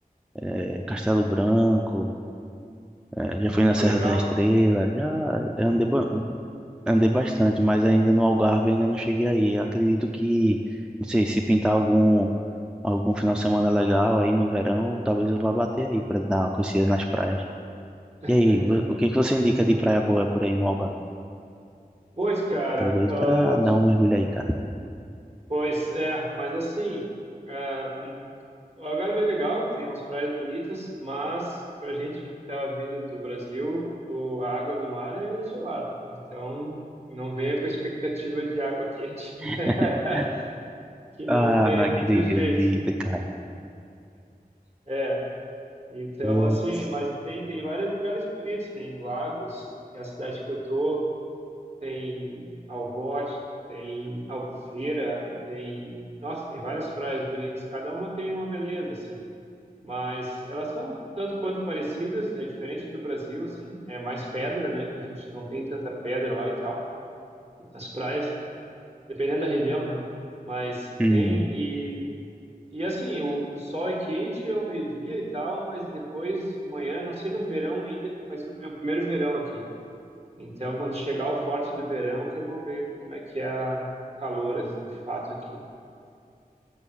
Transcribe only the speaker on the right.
Pô,
legal.
<laughs>
Pois, cara,
ah,
pois é, mas assim, ah, O Algarve é legal, tem umas praias bonitas, mas pra gente que tá vindo do Brasil, o- a água do mar é gelada, né? Então não venha com expectativa de água quente,
<laughs> que não
tem
muito jeito.
É, então
assim, mas tem, tem vários lugares bonitos, tem Lagos, que é a cidade que eu tô, tem Alvor, tem Albufeira, tem, nossa, tem várias praias bonitas, cada uma tem uma beleza, assim. Mas elas são tanto quanto parecidas, né? Diferente do Brasil, assim, é mais pedra, né? Que a gente não tem tanta pedra lá e tal, nas praias, dependendo da região, né? Mas
tem e e assim, o, o sol é quente ao meio-dia e tal, mas depois de manhã, não sei no verão ainda, que vai ser o meu primeiro verão aqui. Então, quando chegar o forte do verão, que eu vou ver como é que é o calor, assim, de fato aqui.